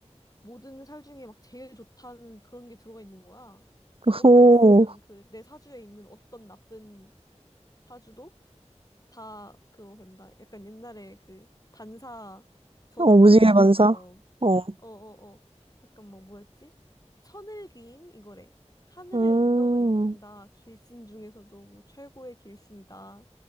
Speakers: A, on the left (about 30°); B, on the right (about 50°).
A: 모든 살 중에 막 제일 좋다는 그런 게 들어가 있는 거야. 그것만
B: <laughs> 오,
A: 있으면 그 내 사주에 있는 어떤 나쁜 사주도 다 그거 된다. 약간 옛날에 그 반사, 저주
B: 어,
A: 반사
B: 무지개 반사?
A: 그것처럼.
B: 어,
A: 어어어. 잠깐만, 뭐였지? 천을귀인? 이거래. 하늘의
B: 음,
A: 은덕을 입는다. 길신 중에서도 뭐 최고의 길신이다.